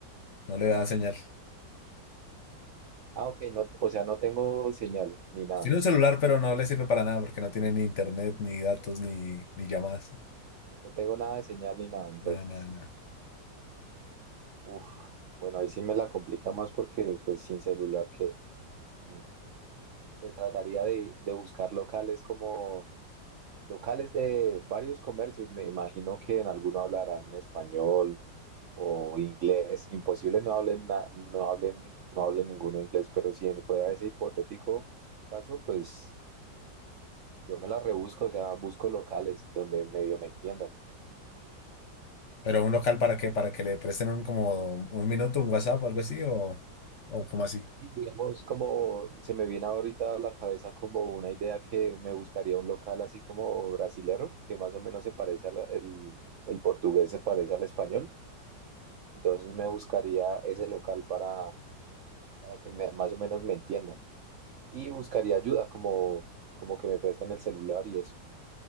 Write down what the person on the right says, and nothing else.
Ah, ok, no, o sea, no tengo señal ni nada,
no tengo nada de señal ni nada, entonces,
uf, bueno, ahí sí me la complica más porque pues sin celular que, mm, pues trataría de, de buscar locales como Locales de varios comercios, me imagino que en alguno hablarán español o inglés. Imposible no hablen, na- no hablen, no hablen ninguno inglés, pero si fuera ese hipotético caso, pues yo me la rebusco, o sea, busco locales donde medio me entiendan.
Sí, Digamos, como se me viene ahorita a la cabeza como una idea que me buscaría un local así como brasilero, que más o menos se parece al el, el portugués, se parece al español. Entonces me buscaría ese local para para que me- más o menos me entiendan. Y buscaría ayuda, como, como que me presten el celular y eso.